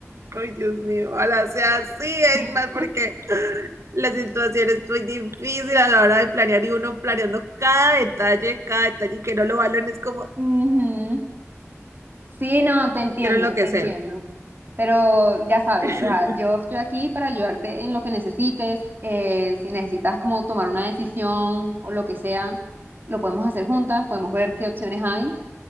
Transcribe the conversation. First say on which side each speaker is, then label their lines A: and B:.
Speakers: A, on the right; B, on the right.
A: Ay, Dios mío, ojalá sea así, es
B: <laughs>
A: mal porque la situación es muy difícil a la hora de planear y uno planeando cada detalle, cada detalle y que no lo valoren es como
B: Ujú. Sí, no, te entiendo,
A: quiero enloquecer.
B: te entiendo. Pero ya sabes,
A: <laughs>
B: o sea, yo estoy aquí para ayudarte en lo que necesites. eh, si necesitas como tomar una decisión o lo que sea, lo podemos hacer juntas, podemos ver qué opciones hay